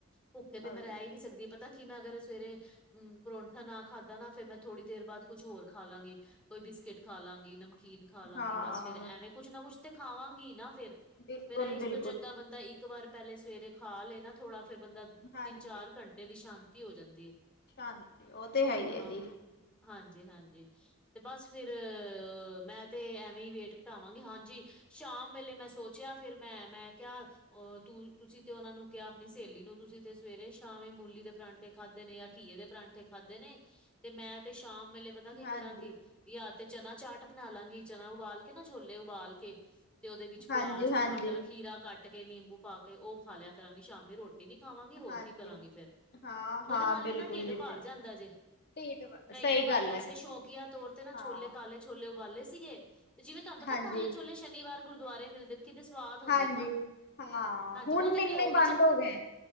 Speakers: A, in the centre; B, on the left (about 50°).
A: ਭੁੱਖੇ ਤੇ
B: ਉਹੀ
A: ਮੈਂ ਰਹਿ ਹੀ ਨਹੀਂ ਸਕਦੀ ਪਤਾ। ਕਿ ਮੈਂ ਅਗਰ ਸਵੇਰੇ ਅਮ ਪਰੋਂਠਾ ਨਾ ਖਾਧਾ ਨਾ ਫਿਰ ਮੈਂ ਥੋੜੀ ਦੇਰ ਬਾਅਦ ਕੁਛ ਹੋਰ ਖਾ ਲਾਂਗੀ। ਕੋਈ ਬਿਸਕਿਟ ਖਾ ਲਾਂਗੀ ਨਮ ਕੀਨ ਖਾ ਲਾਂਗੀ
B: ਹਾਂ
A: ਬਸ ਫੇਰ ਐਵੇਂ ਕੁੱਛ ਨਾ ਕੁੱਛ ਤੇ ਖਾਵਾਂਗੀ ਨਾ ਫੇਰ
B: ਬਿਲਕੁਲ
A: ਫੇਰ
B: ਬਿਲਕੁਲ
A: ਤੋਂ ਚੰਗਾ
B: ਜੀ
A: ਬੰਦਾ ਇੱਕ ਵਾਰ ਪਹਿਲੇ ਸਵੇਰੇ ਖਾ ਲਏ ਨਾ ਥੋੜਾ ਫਿਰ ਬੰਦਾ ਤਿੰਨ-
B: ਹਾਂਜੀ
A: ਚਾਰ ਘੰਟੇ ਏਹਦੀ ਸ਼ਾਂਤੀ ਹੋ ਜਾਂਦੀ ਏ।
B: ਸ਼ਾਂਤੀ ਉਹ ਤੇ ਹੈ ਹੀ ਹੈ
A: ਹਾਂ,
B: ਜੀ
A: ਹਾਂਜੀ ਹਾਂਜੀ ਤੇ ਬਸ ਫਿਰ ਮੈਂ ਤੇ ਐਵੇਂ ਹੀ ਵੇਟ ਘਟਾਵਾਂਗੀ ਹਾਂਜੀ ਸ਼ਾਮ ਵੇਲੇ ਮੈਂ ਸੋਚਿਆ ਫਿਰ ਮੈਂ ਮੈਂ ਕਿਹਾ ਓਹ ਤੂੰ ਤੁਸੀਂ ਤੇ ਓਹਨਾ ਨੂੰ ਕਿਹਾ ਆਪਨੀ ਸਹੇਲੀ ਨੂੰ ਤੁਸੀਂ ਤੇ ਸਵੇਰੇ ਸ਼ਾਮ ਹੀ ਮੂਲੀ ਦੇ ਪਰਾਂਠੇ ਖਾਧੇ ਨੇ ਯਾਰ ਘੀਏ ਦੇ ਪਰਾਂਠੇ ਖਾਧੇ ਨੇ ਤੇ ਮੈਂ ਤੇ ਸ਼ਾਮ ਵੇਲੇ ਬ ਪਤਾ ਕੀ
B: ਹਾਂਜੀ
A: ਕਰਾਂਗੀ ਯਾ ਤੇ ਚਨਾ ਚਾਟ ਬਨਾ ਲਾਂਗੀ ਚਨਾ ਉਬਾਲ ਕੇ ਨਾ ਛੋਲੇ ਉਬਾਲ ਕੇ। ਤੇ ਓਹਦੇ ਵਿੱਚ ਪਿਆਜ਼
B: ਹਾਂਜੀ
A: ਟਮਾਟਰ
B: ਹਾਂਜੀ
A: ਖੀਰਾ ਕੱਟ ਕੇ ਨਿੰਬੂ ਪਾ ਕੇ ਓ ਖਾ ਲਿਆ ਕਰਾਂਗੀ ਸ਼ਾਮੀ ਰੋਟੀ ਰੋਟੀ ਨੀ ਖਾਵਾਂਗੀ ਹੋਰ
B: ਹਾਂਜੀ
A: ਕੀ ਕਰਾਂਗੀ ਫੇਰ
B: ਹਾਂ
A: ਓਹਦੇ
B: ਹਾਂ
A: ਨਾਲ
B: ਬਿਲਕੁਲ
A: ਵੀ ਨਾ ਟਿਡ
B: ਜੀ ਬਿਲਕੁਲ
A: ਪਰ ਜਾਂਦਾ ਜੇ।
B: ਢੀਠ
A: ਮੈ
B: ਸਹੀ
A: ਇੱਕ ਵਾਰ
B: ਗੱਲ
A: ਵੈਸੇ
B: ਹੈ
A: ਸ਼ੌਕੀਆਂ ਤੌਰ ਤੇ ਨਾ
B: ਹਾਂ
A: ਛੋਲੇ ਕਾਲੇ ਛੋਲੇ ਉਬਾਲੇ ਸੀਗੇ ਤੇ ਜਿਵੇਂ ਤੁਹਾਨੂੰ ਪਤਾ
B: ਹਾਂਜੀ
A: ਕਾਲੇ ਛੋਲੇ ਸ਼ਨੀਵਾਰ ਗੁਰਦੁਆਰੇ ਮਿਲਦੇ ਨੇ ਕਿਡੇ ਸੁਵਾਦ ਹੁੰਦੇ
B: ਹਾਂਜੀ
A: ਨਾ
B: ਹਾਂ
A: ਹਾਂਜੀ
B: ਹੁਣ
A: ਓ ਤੇ
B: ਮਿਲਣੇ
A: ਘਿਓ
B: ਬੰਦ
A: ਵਿਚ
B: ਹੋ ਗਏ